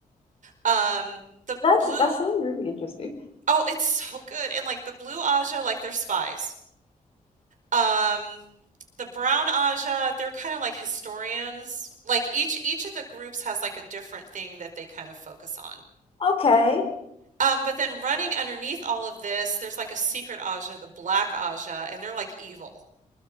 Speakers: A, on the right (about 65°); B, on the left (about 40°).
A: Um, the
B: That's
A: Blue,
B: that sounds really interesting.
A: oh, it's so good, and like the Blue Ajah, like they're spies. Um, The Brown Aja, they're kind of like historians. Like each each of the groups has like a different thing that they kind of focus on.
B: Okay.
A: Um, but then running underneath all of this, there's like a secret Aja, the Black Aja, and they're like evil.